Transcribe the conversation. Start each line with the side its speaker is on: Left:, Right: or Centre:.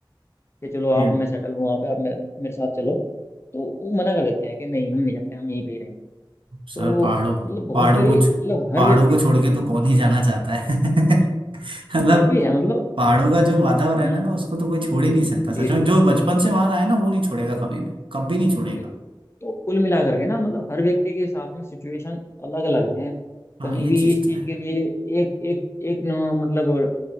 Left: कि चलो आप
Right: ये
Left: मैं सेटल हूँ वहाँ पे आप मे- मेरे साथ चलो तो वो मना कर देते हैं कि नहीं हम नहीं जाते हम यहीं पे ही रहेंगे
Right: सर
Left: तो
Right: पहाड़ों
Left: मतलब बहुत
Right: पहाड़ों
Left: सारी
Right: को छ-
Left: मतलब
Right: पहाड़ों
Left: हर व्यक्ति
Right: को छोड़ के तो कौन
Left: हाँ
Right: ही जाना चाहता है <laughs> मतलब
Left: कुछ भी है मतलब
Right: पहाड़ों का जो वातावरण
Left: हम्म
Right: है ना उसको तो कोई छोड़ ही नहीं सकता
Left: जी
Right: सच में
Left: जी
Right: जो बचपन से वहां आया ना वो नहीं छोड़ेगा कभी भी कभी नहीं छोड़ेगा
Left: बिल्कुल तो कुल मिला करके ना मतलब हर व्यक्ति के साथ में सिचुएशन अलग अलग है
Right: हाँ
Left: कहीं
Right: ये
Left: भी
Right: चीज
Left: इस
Right: तो
Left: चीज
Right: है
Left: के लिए एक एक एक न, मतलब